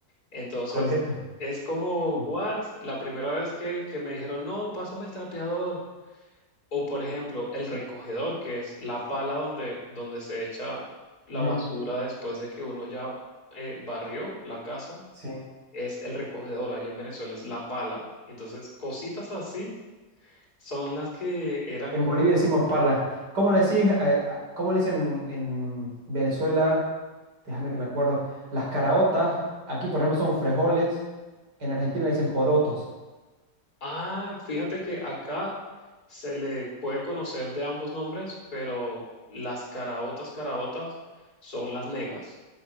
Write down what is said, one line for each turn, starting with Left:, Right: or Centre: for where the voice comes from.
Left: Entonces,
Right: <laughs> coleto,
Left: es como,
Right: Mm.
Left: what? La primera vez que, que me dijeron, no, pásame el trapeador. O, por ejemplo, el recogedor, que es la pala donde, donde se echa la
Right: Ujú,
Left: basura después de que uno ya eh, barrió la casa
Right: sí,
Left: es el recogedor allá en Venezuela, es la pala. Entonces, cositas así son las que eran
Right: en
Left: como
Right: Bolivia decimos
Left: difícil.
Right: pala, ¿cómo le decís, eh, a- cómo le dicen en Venezuela? Déjame que me acuerdo. Las caraotas, aquí por ejemplo son frijoles, en Argentina le dicen porotos.
Left: Ah, fíjate que acá se le puede conocer de ambos nombres, pero las caraotas, caraotas son las negras,